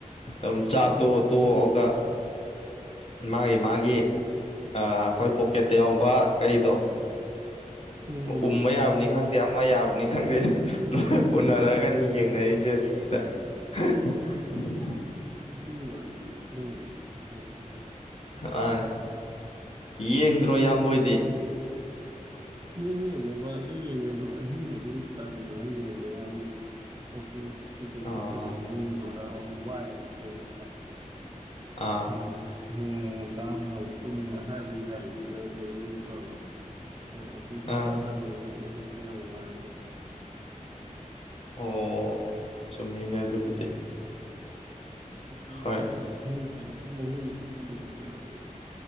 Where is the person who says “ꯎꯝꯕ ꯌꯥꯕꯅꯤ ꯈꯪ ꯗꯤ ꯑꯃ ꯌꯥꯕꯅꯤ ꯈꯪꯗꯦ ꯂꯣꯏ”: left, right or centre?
Left